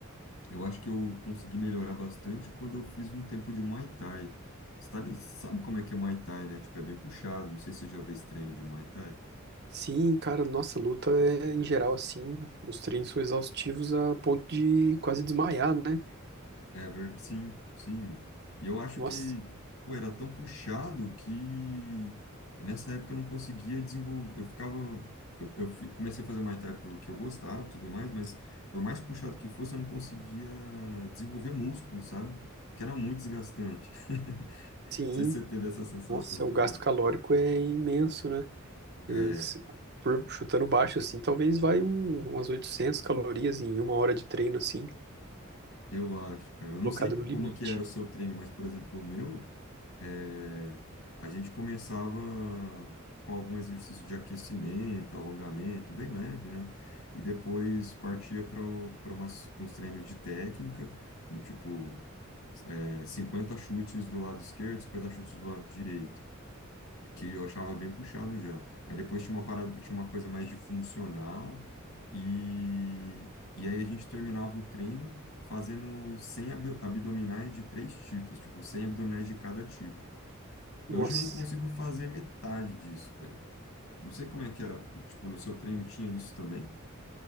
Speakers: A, on the left; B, on the right.
A: Eu acho que eu consegui melhorar bastante quando eu fiz um tempo de Muay Thai. Você tá ali- sabe como é que é Muay Thai, né? Tipo, é bem puxado. Não sei se você já fez treino de Muay Thai.
B: Sim, cara, nossa luta é em geral assim, os treinos são exaustivos a ponto de quase desmaiar, né?
A: É, ver- sim, sim. E eu acho
B: Nossa,
A: que, pô, era tão puxado que nessa época eu não conseguia desenvolver. Eu ficava. Eu, eu fi- comecei a fazer Muay Thai porque eu gostava e tudo mais, mas por mais puxado que fosse, eu não conseguia desenvolver músculo, sabe? Porque era muito desgastante. <laughs> Não
B: sim,
A: sei se você teve essa sensação
B: nossa,
A: também.
B: o gasto calórico é imenso, né?
A: É,
B: Eh, Se- Por chutando baixo assim, talvez vai um- umas 800 calorias em uma hora de treino assim,
A: Eu acho, cara. Eu
B: colocado
A: não sei
B: no limite.
A: como que era o seu treino, mas, por exemplo, o meu, eh, a gente começava com algum exercício de aquecimento, alongamento, bem leve, né? E depois partia para umas uns treinos de técnica, do tipo, eh, 50 chutes do lado esquerdo, 50 chutes do lado direito que eu achava bem puxado já. Aí depois tinha uma parada, tinha uma coisa mais de funcional e e aí a gente terminava o treino fazendo 100 ab- abdominais de três tipos, tipo 100 abdominais de cada tipo.
B: Nossa,
A: Hoje eu não consigo fazer metade disso, velho. Não sei como é que era, tipo, no seu treino tinha isso também?